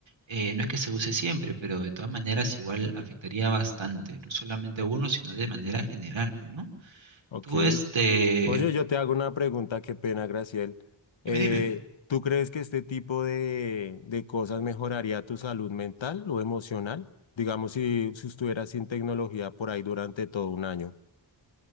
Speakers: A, on the right; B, on the left.
A: eh, no es que se use siempre, pero de todas maneras igual afectaría bastante, no solamente a uno, sino de manera general, pues, ¿no?
B: Ok.
A: Tú, este,
B: Oye, yo te hago una pregunta, qué pena, Graciel. Eh,
A: dime, dime,
B: ¿tú crees que este tipo de, de cosas mejoraría tu salud mental o emocional? Digamos, si, si estuvieras sin tecnología por ahí durante todo un año.